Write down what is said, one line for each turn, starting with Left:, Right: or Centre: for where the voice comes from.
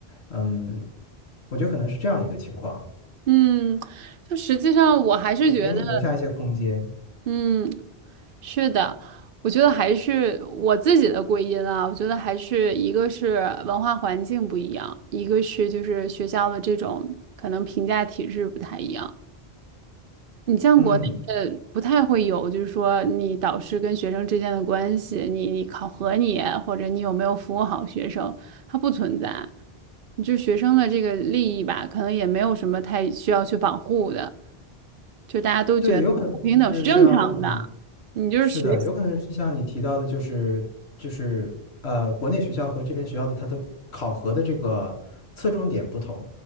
Left: 嗯，我觉得可能是这样一个情况，
Right: 嗯，就实际上我还是觉得。
Left: 就给你留下一些空间。
Right: 嗯，是的，我觉得还是我自己的归因啊。我觉得还是一个是文化环境不一样，一个是就是学校的这种可能评价体制不太一样。你像国内的不太会有，
Left: 嗯，
Right: 就是说你导师跟学生之间的关系，你你考核你或者你有没有服务好学生，它不存在。就学生的这个利益吧，可能也没有什么太需要去保护的，就大家都觉得不平等是正常的。
Left: 对，有可能是像你，是的，
Right: 学习，
Left: 有可能是像你提到的，就是就是呃，国内学校和这边学校的它的考核的这个侧重点不同。